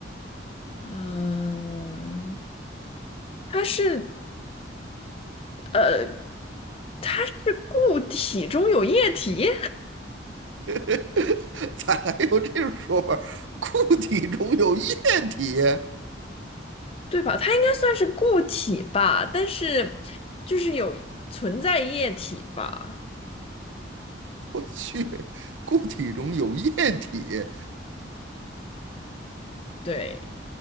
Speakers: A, on the left; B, on the right.
A: 嗯，它是呃它是固体中有液体。
B: <laughs> 咋还有这种说法儿固体中有液体，
A: 对吧？它应该算是固体吧，但是就是有存在液体吧？
B: 我去，固体中有液体，
A: 对，